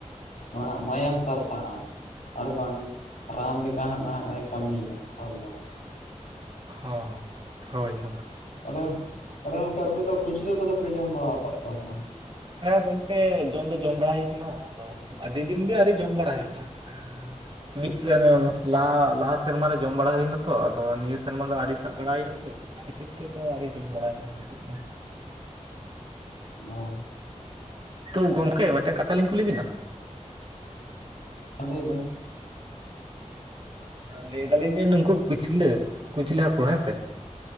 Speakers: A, on the left; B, on the right.
A: ᱱᱟᱦᱟᱜ ᱢᱟᱭᱟᱢ ᱥᱟᱨᱥᱟᱜᱼᱟ ᱟᱨ ᱵᱟᱝ ᱨᱟᱱ ᱞᱮᱠᱟ ᱦᱟᱸᱜ ᱮ ᱠᱟᱹᱢᱤᱭᱟ ᱦᱚᱲᱢᱚ ᱨᱮ
B: ᱦᱚᱸ ᱦᱳᱭ ᱜᱚᱝᱠᱮ
A: ᱛᱟᱦᱞᱮ ᱛᱟᱦᱞᱮ ᱜᱚᱢᱠᱮ ᱟᱯᱮ ᱫᱚ ᱠᱩᱪᱞᱟᱹ ᱠᱚᱫᱚ ᱯᱮ ᱡᱚᱢ ᱵᱟᱲᱟ ᱟᱠᱟᱫ ᱠᱚᱣᱟ ᱥᱮ ᱵᱟᱝ
B: ᱦᱮᱸ ᱜᱚᱝᱠᱮ ᱡᱚᱢ ᱫᱚ ᱡᱚᱢ ᱵᱟᱲᱟ ᱦᱩᱭ ᱠᱟᱱᱟ ᱟᱫᱚ ᱟᱹᱰᱤ ᱫᱤᱱ ᱜᱮ ᱟᱹᱣᱤᱨ ᱡᱚᱢ ᱵᱟᱲᱟ ᱦᱩᱭᱩᱜᱼᱟ <unintelligible> ᱢᱤᱫ ᱥᱮᱨ ᱞᱟᱦᱟ ᱞᱟᱦᱟ ᱥᱮᱨᱢ ᱨᱮ ᱡᱚᱢ ᱵᱟᱲᱟ ᱦᱩᱭᱱᱟᱛᱚ ᱟᱫᱚ ᱱᱤᱭᱟᱹ ᱥᱮᱨᱢᱟ ᱫᱚ ᱟᱣᱨᱤ ᱥᱟᱵ ᱵᱟᱲᱟ ᱦᱩᱭᱩᱜᱼᱟ ᱛᱚ ᱟᱫᱚ ᱱᱤᱛᱚᱜ ᱫᱚ ᱟᱶᱨᱤ ᱡᱚᱢ ᱵᱟᱲᱟᱭ ᱦᱩᱭᱩᱜᱼᱟ ᱱᱤᱛᱚᱜ ᱫᱚ
A: <inaudible>
B: ᱛᱚ ᱜᱚᱝᱠᱮ ᱢᱤᱫᱴᱟᱝ ᱠᱟᱛᱷᱟᱞᱤᱧ ᱠᱩᱞᱤ ᱵᱤᱱᱟ
A: ᱦᱮᱸ ᱞᱟᱹᱭᱵᱤᱱ
B: ᱞᱟᱹᱭ ᱫᱟᱞᱤᱧ ᱡᱮ ᱱᱩᱝᱠᱩ ᱠᱩᱪᱞᱟᱹ ᱠᱩᱪᱞᱟᱹ ᱦᱟᱹᱠᱩ ᱦᱮᱸᱥᱮ